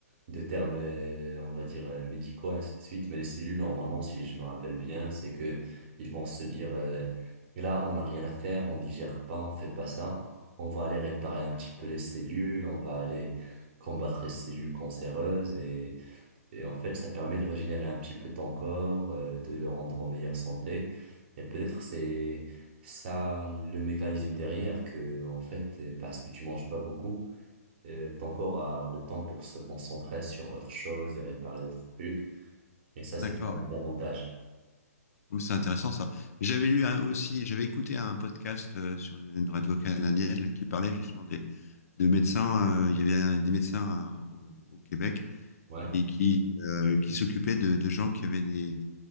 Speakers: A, on the right; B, on the left.
A: de termes, euh, on va dire, euh, médicaux, ainsi de suite. Mais les cellules, normalement, si je me rappelle bien, c'est que ils vont se dire, euh, là, on n'a rien à faire, on digère pas, on fait pas ça. On va aller réparer un petit peu les cellules, on va aller combattre les cellules cancéreuses et, et en fait, ça permet de régénérer un petit peu ton corps, euh, de le rendre en meilleure santé. Et peut-être c'est ça le mécanisme derrière que, en fait, parce que tu manges pas beaucoup, euh, ton corps a le temps pour se concentrer sur autre chose et réparer d'autres trucs. Et ça,
B: D'accord.
A: c'est parmi les avantages.
B: Ouh, C'est intéressant ça. J'avais lu un- aussi, j'avais écouté un podcast euh, sur une, une radio canadienne là, qui parlait justement des de médecins. euh, il y avait un- des médecins à- au, au Québec
A: Ouais,
B: qui qui euh, qui s'occupaient de, de gens qui avaient des